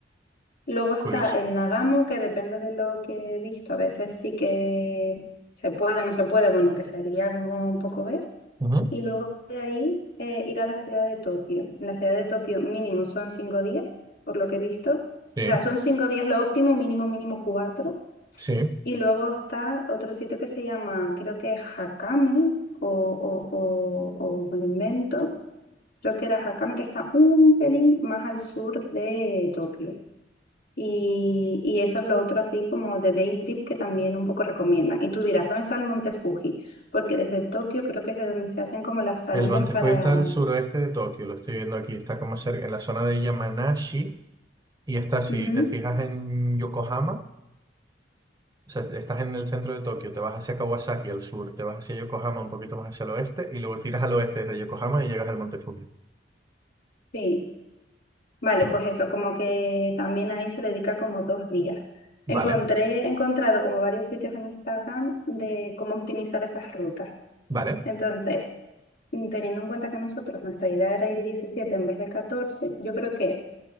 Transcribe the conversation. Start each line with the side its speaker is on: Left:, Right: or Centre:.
Left: Luego está
Right: Curioso.
Left: el Nagamo, que depende de lo que he visto, a veces sí que se puede o no se puede, bueno, que sería como un poco ver.
Right: Ujú,
Left: Y luego de ahí eh, ir a la ciudad de Tokio. En la ciudad de Tokio mínimo son cinco días, por lo que he visto.
Right: Sí,
Left: O sea, son cinco días lo óptimo, mínimo, mínimo cuatro.
Right: sí.
Left: Y luego está otro sitio que se llama, creo que es Hakame, o, o, o, o me lo invento. Creo que era Hakame, que está un pelín más al sur de Tokio. Y, y eso es lo otro así como de day trip que también un poco recomiendan. Y tú dirás, ¿dónde está el Monte Fuji? Porque desde Tokio creo que es de donde se hacen como las salidas
Right: El Monte
Left: para...
Right: Fuji está al suroeste de Tokio, lo estoy viendo aquí, está como cerca, en la zona de Yamanashi, y está, si
Left: Ujú,
Right: te fijas en Yokohama. O sea, estás en el centro de Tokio, te vas hacia Kawasaki al sur, te vas hacia Yokohama un poquito más hacia el oeste y luego tiras al oeste desde Yokohama y llegas al Monte Fuji.
Left: Sí, vale,
Right: Mm,
Left: pues eso, como que también ahí se le dedica como dos días.
Right: Vale,
Left: Encontré, he encontrado como varios sitios en Instagram de cómo optimizar esas rutas.
Right: vale,
Left: Entonces, mm, teniendo en cuenta que nosotros, nuestra idea era ir 17 en vez de 14, yo creo que